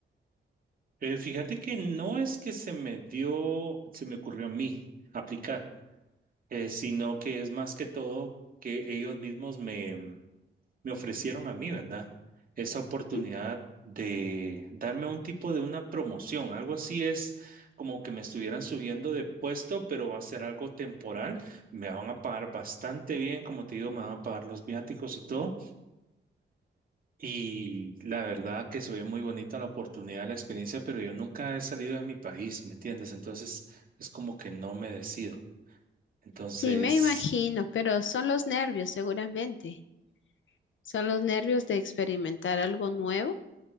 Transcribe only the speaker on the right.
Eh, fíjate que no es que se me dio, se me ocurrió a mí aplicar, eh, sino que es más que todo que ellos mismos me, me ofrecieron a mí, ¿verdad? Esa oportunidad
de darme un tipo de una promoción, algo así es como que me estuvieran subiendo de puesto, pero va a ser algo temporal, me van a pagar bastante bien, como te digo, me van a pagar los viáticos y todo y la verdad que se ve muy bonita la oportunidad, la experiencia, pero yo nunca he salido de mi país, ¿me entiendes? Entonces es como que no me decido. Entonces,